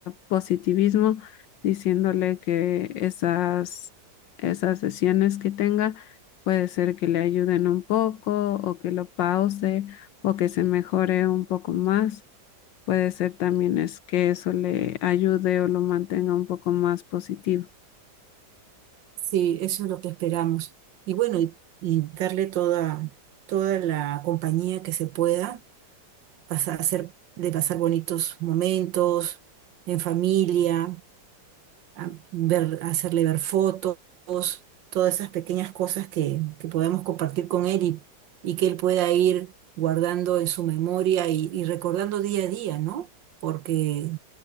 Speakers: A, on the left; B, on the right.
A: positivismo diciéndole que esas, esas sesiones que tenga puede ser que le ayuden un poco o que lo pause o que se mejore un poco más. Puede ser también es que eso le ayude o lo mantenga un poco más positivo.
B: Sí, eso es lo que esperamos. Y bueno, y, y darle toda, toda la compañía que se pueda, pasar, hacer, de pasar bonitos momentos en familia a ver, hacerle ver fotos, todas esas pequeñas cosas que, que podemos compartir con él y, y que él pueda ir guardando en su memoria y, y recordando día a día, ¿no? Porque